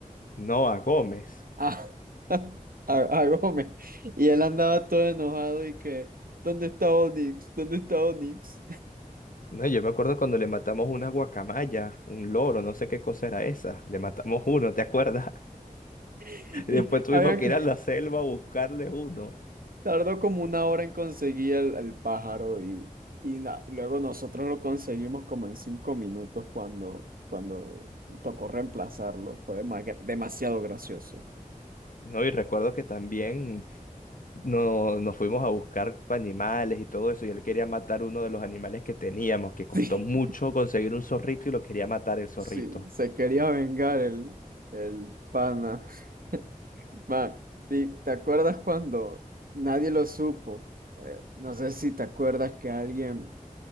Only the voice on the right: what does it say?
Ah, <laughs> a, a Gómez. Y él andaba todo enojado y que, ¿dónde está Onix? ¿Dónde está Onix?
<laughs> Y
habían
co-
tardó como una hora en conseguir el, el pájaro y, y na- luego nosotros lo conseguimos como en cinco minutos cuando, cuando tocó reemplazarlo. Fue dema- demasiado gracioso. <laughs>
Sí,
sí, se quería vengar el, el pana. <laughs> Ma, ¿y ¿te acuerdas cuando nadie lo supo? Eh, no sé si te acuerdas que alguien